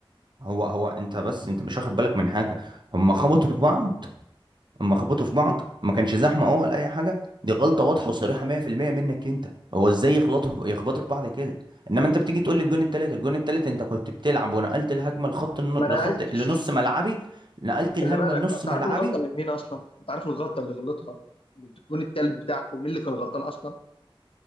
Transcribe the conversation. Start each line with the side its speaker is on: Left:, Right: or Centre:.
Right: هو هو انت بس انت مش واخد بالك من حاجه هم خبطوا في بعض اما خبطوا في بعض ما كانش زحمه اه ولا اي حاجه دي غلطه واضحه وصريحه 100% منك انت هو ازاي يغلطوا في- يخبطوا في بعض كده انما انت بتيجي تقول لي الجون التالت الجون التالت انت كنت بتلعب ونقلت الهجمه لخط الن-
Left: ما نقلتش
Right: لخط لنص ملعبي نقلت الهجمه
Left: خلي بالك
Right: لنص
Left: انت
Right: ملعبي
Left: عارف الغلطه من مين اصلا انت عارف الغلطه اللي غلطها من الجون التالت بتاعكم مين اللي كان غلطان اصلا